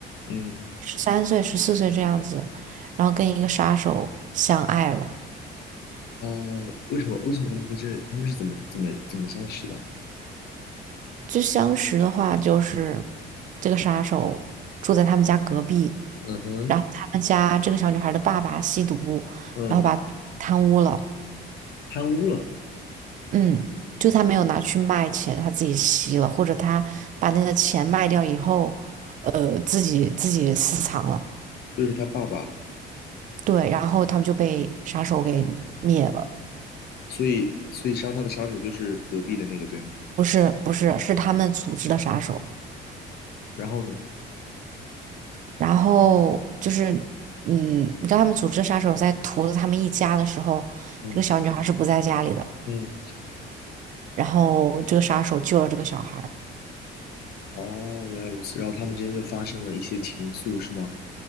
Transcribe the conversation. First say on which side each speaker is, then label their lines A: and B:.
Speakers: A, on the left; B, on the right.
A: 嗯
B: 十三岁、十四岁这样子，然后跟一个杀手相爱了。
A: 呃，为什么为什么他们会这？他们是怎么怎么怎么相识的？
B: 就相识的话，就是这个杀手住在他们家隔壁，
A: 嗯哼，
B: 然后他们家这个小女孩的爸爸吸毒，
A: 嗯，
B: 然后把贪污了。
A: 贪污了，
B: 嗯，就他没有拿去卖钱，他自己吸了，或者他把那个钱卖掉以后，呃，自己自己私藏了。
A: 就是他爸爸
B: 对，然后他们就被杀手给灭了，
A: 所以所以杀他的杀手就是隔壁的那个，对吗？
B: 不是不是，是他们组织的杀手。
A: 然后呢？
B: 然后就是，嗯，你知道他们组织的杀手在屠了他们一家的时候，
A: 嗯
B: 这个小女孩是不在家里的，
A: 嗯，
B: 然后这个杀手救了这个小孩。
A: 哦，原来如此。然后他们之间就发生了一些情愫，是吗？